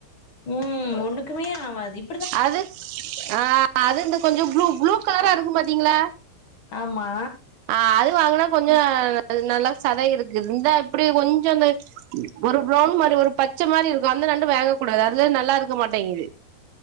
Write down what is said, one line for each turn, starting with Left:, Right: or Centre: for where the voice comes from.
Left: ம் ஒன்னுக்குமே ஆவாது இப்
Right: அது ஆ அது இந்த கொஞ்சோ ப்ளூ ப்ளூக் கலரா இருக்கு பாத்தீங்களா
Left: ஆமா
Right: ஆ அது வாங்குனா கொஞ்சோ அது நல்லா சதை இருக்கு இந்தா இப்டி கொஞ்சோ இந்த ஒரு ப்ரவுன் மாரி ஒரு பச்ச மாரி இருக்கு அந் த நண்டு வேங்கக்கூடாது அதுதா நல்லா இருக்க மாட்டேங்குது